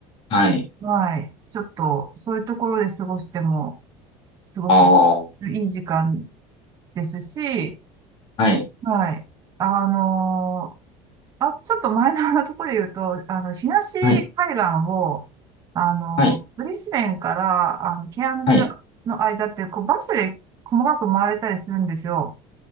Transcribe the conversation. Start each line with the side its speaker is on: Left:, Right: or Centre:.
Left: はい、
Right: はい、ちょっと、そういうところで過ごしても、すごく
Left: ああ、
Right: いい時間ですし、
Left: はい、
Right: はい、あのあ、ちょっとマイナーなところで言うと、あの、東海岸を、
Left: はい、
Right: あの、
Left: はい、
Right: ブリスベンから、あの、ケアンズ
Left: はい、
Right: の間って、こう、バスで細かく回れたりするんですよ。